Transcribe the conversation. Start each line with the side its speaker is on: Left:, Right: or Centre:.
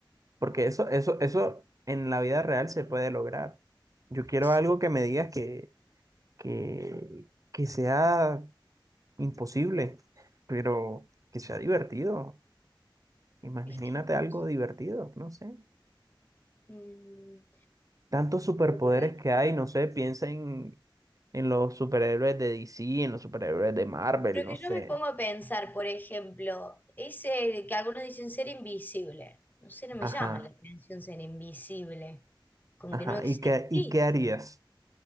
Right: porque eso, eso, eso en la vida real se puede lograr. Yo quiero
Left: sí,
Right: algo que me digas que, que, que sea imposible, pero que sea divertido. Imagínate
Left: es que no
Right: algo
Left: sé,
Right: divertido, no sé.
Left: mm,
Right: tantos superpoderes
Left: poder-
Right: que hay, no sé, piensa en, en los superhéroes de DC, en los superhéroes de Marvel,
Left: Pero
Right: no
Left: que
Right: sé.
Left: yo me pongo a pensar, por ejemplo, ese que algunos dicen ser invisible. No sé, no me
Right: Ajá,
Left: llama la atención ser invisible. Como
Right: ajá.
Left: que no existís.
Right: ¿Y qué, y qué harías